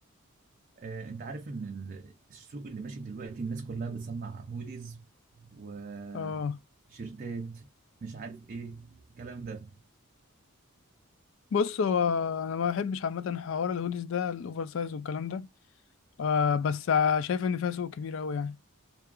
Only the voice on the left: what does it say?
اه
بص هو انا ما بحبش عامة حوار الهوديز ده الاوفر سايز والكلام ده آه بس آه، شايف ان فيها سوق كبير قوي يعني